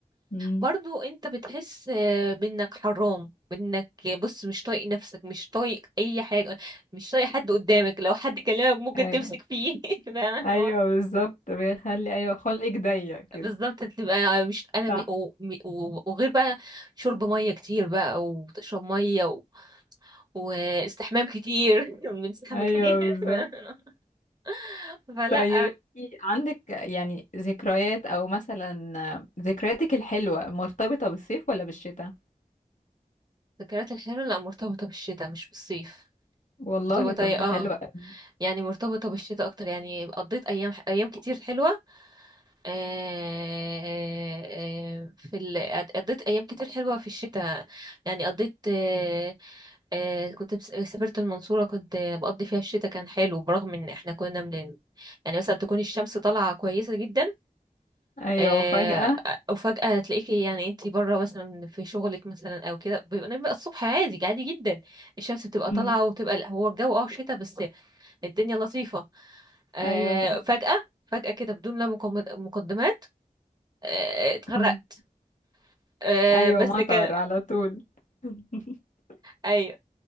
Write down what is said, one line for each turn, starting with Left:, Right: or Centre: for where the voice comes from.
Left: امم
Right: برضو انت بتحس آه، بانك حرام بانك بص مش طايق نفسك مش طايق اي حاجه مش طايق حد قدامك لو حد كلمك ممكن
Left: ايوه
Right: تمسك فيه <laughs> فاهم
Left: ايوه
Right: اللي هو
Left: بالظبط بيخلي ايوه خلقك ضيق كده
Right: بالظبط تبقى مش انا
Left: صح
Right: م... و... م... و... وغير بقى شرب ميه كتير بقى وتشرب ميه و... واستحمام كتير <laughs> بنستحمى
Left: ايوه
Right: كتير
Left: بالظبط
Right: <laughs> فلا
Left: طيب انتي عندك يعني ذكريات او مثلا آه، ذكرياتك الحلوة مرتبطة بالصيف ولا بالشتاء
Right: ذكريات الحلوة لا مرتبطة بالشتاء مش بالصيف
Left: والله
Right: مرتبطة
Left: طب
Right: اه
Left: ده حلو قوي
Right: يعني مرتبطة بالشتاء أكتر يعني قضيت أيام أيام كتير حلوة آه آه في ال... قضيت أيام كتير حلوة في الشتاء يعني قضيت آه آه كنت بس- سافرت المنصورة كنت بقضي فيها الشتاء كان حلو برغم إن إحنا كنا من يعني مثلا تكون الشمس طالعة كويسة جدا
Left: ايوه
Right: آه،
Left: وفجأة
Right: وفجأة تلاقيكي يعني انتي بره مثلا في شغلك مثلا او كده بيبقى بيبقى الصبح عادي عادي جدا الشمس بتبقى
Left: امم
Right: طالعة وبتبقى هو الجو اه شتا بس الدنيا لطيفة آه،
Left: ايوه صح
Right: فجأة فجأة كده بدون لا مقم- مقدمات آه، اتغرقت
Left: امم
Right: آه،
Left: ايوه
Right: بس
Left: مطر
Right: <laughs> كان
Left: على طول <laughs>
Right: ايوه